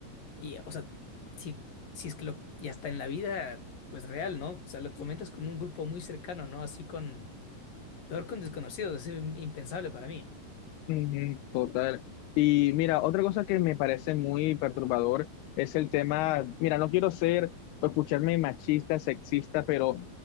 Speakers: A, on the left (about 55°); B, on the left (about 75°).
A: y, o sea, si, si es que lo, y hasta en la vida, pues real, ¿no? O sea, lo comentas con un grupo muy cercano, ¿no? Así con, peor con desconocidos, es impensable para mí.
B: Ujú, Total. Y mira, otra cosa que me parece muy perturbador es el tema, mira, no quiero ser o escucharme machista, sexista, pero